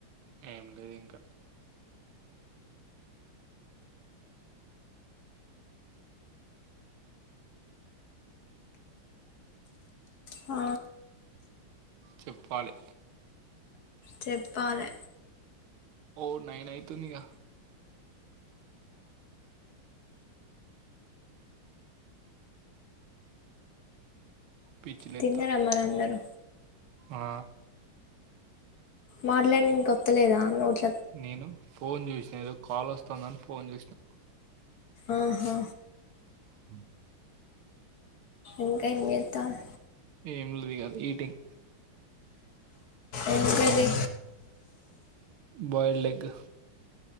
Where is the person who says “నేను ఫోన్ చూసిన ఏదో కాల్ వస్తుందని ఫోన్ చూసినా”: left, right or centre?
Right